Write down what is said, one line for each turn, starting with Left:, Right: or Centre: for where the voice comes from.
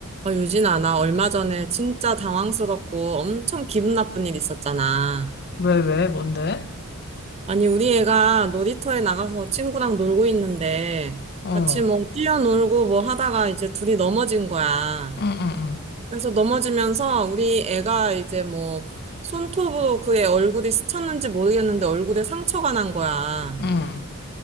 Right: 어, 유진아, 나 얼마 전에 진짜 당황스럽고 엄청 기분 나쁜 일 있었잖아.
Left: 왜, 왜, 뭔데?
Right: 아니, 우리 애가 놀이터에 나가서 친구랑 놀고 있는데
Left: 어,
Right: 같이 뭐 뛰어놀고 뭐 하다가 이제 둘이 넘어진 거야.
Left: 응, 응,
Right: 그래서 넘어지면서 우리 애가 이제 뭐 손톱으로 그의 얼굴이 스쳤는지 모르겠는데 얼굴에 상처가 난 거야.
Left: 응, 응,